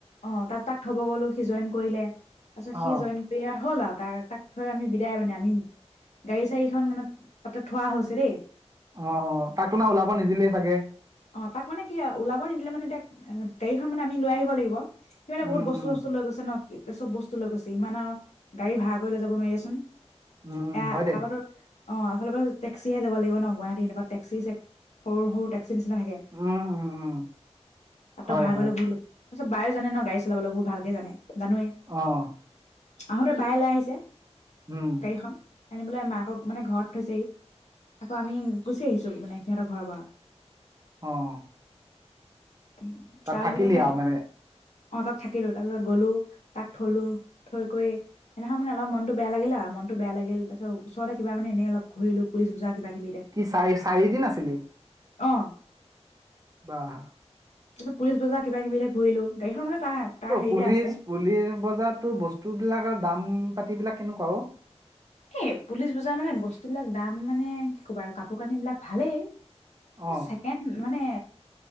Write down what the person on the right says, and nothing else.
অ'।
অঁ অঁ, তাক তোনা আৰু ওলাব নিদিলেই চাগে?
উম
উম
উম উম
হয় দে
উম, উম, উম হয়
হয়
অঁ।
উম।
অঁ।
থাকিলি
আৰু মানে
কি চাৰি চাৰিদিন আছিলি?
বা!
অ',
পুলিচ
পুলিচ বজাৰত তোৰ বস্তুবিলাকৰ দাম পাতিবিলাক কেনেকুৱা অ'?
অ